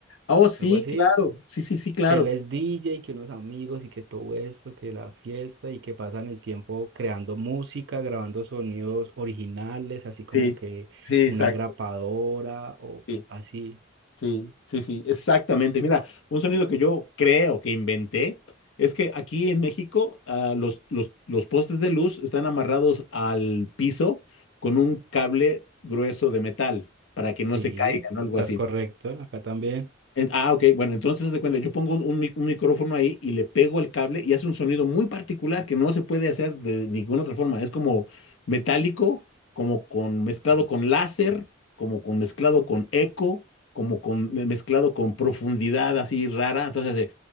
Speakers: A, on the left; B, on the right.
A: Ah, Oh, sí,
B: algo así,
A: claro, sí, sí, sí, claro.
B: que él es DJ, que unos amigos y que todo esto, que la fiesta y que pasan el tiempo creando música, grabando sonidos originales, así como
A: Sí,
B: que
A: sí,
B: una
A: exacto.
B: grapadora o
A: sí.
B: así.
A: Sí, sí, sí, exactamente. Mira, un sonido que yo creo que inventé es que aquí en México ah, los, los, los postes de luz están amarrados al piso con un cable grueso de metal para que
B: Sí,
A: no se caigan o algo
B: estás
A: así.
B: correcto, acá también.
A: En- ah, ok, bueno, entonces haz de cuenta, yo pongo un, un mic- un micrófono ahí y le pego el cable y hace un sonido muy particular que no se puede hacer de ninguna otra forma. Es como metálico, como con mezclado con láser, como con mezclado con eco, como con me- mezclado con profundidad así rara. Entonces hace